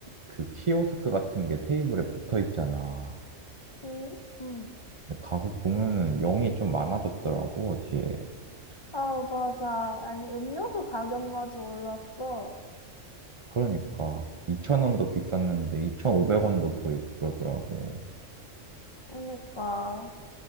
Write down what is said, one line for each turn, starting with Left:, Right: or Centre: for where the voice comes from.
Right: 그 키오스크 같은 게 테이블에 붙어 있잖아.
Left: 응. 응.
Right: 근데 가서 보면은 0이 좀 많아졌더라고, 뒤에.
Left: 아, 맞아. 아니, 음료수 가격마저 올랐어.
Right: 그러니까 2천원도 비쌌는데 2,500원도 보이고 그러더라고.
Left: 그러니까.